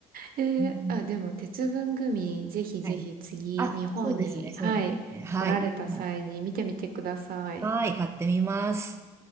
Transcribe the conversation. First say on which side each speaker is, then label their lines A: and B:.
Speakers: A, on the right (about 60°); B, on the right (about 15°).
A: え。<laughs>
B: うん、
A: えーあ、でも、鉄分グミ、ぜひぜひ次、
B: はい。あ、
A: 日本に、
B: そうですね、そうですね。
A: はい、
B: はい。
A: 来られた際に見てみてください。
B: はい、買ってみます。